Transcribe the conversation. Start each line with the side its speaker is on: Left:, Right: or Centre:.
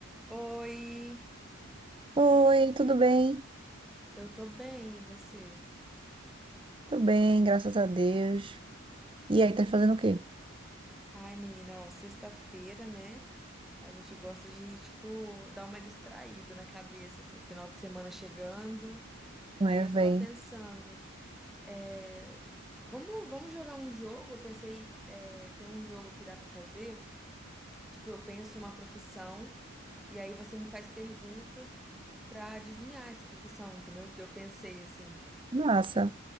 Centre: Oi,
Right: Oi, tudo bem?
Centre: eu tô bem, e você?
Right: Tudo bem, graças a Deus. E aí, tá fazendo o quê?
Centre: Ai, menina, ó, sexta-feira, né? A gente gosta de, tipo, dar uma distraída na cabeça, assim, final de semana chegando.
Right: Não
Centre: Aí
Right: é,
Centre: eu
Right: véi?
Centre: tava pensando, é, vamos, vamos jogar um jogo? Eu pensei, é, tem um jogo que dá pra fazer. Tipo, eu penso uma profissão e aí você me faz perguntas pra adivinhar essa profissão, entendeu? Que eu pensei, assim,
Right: Massa.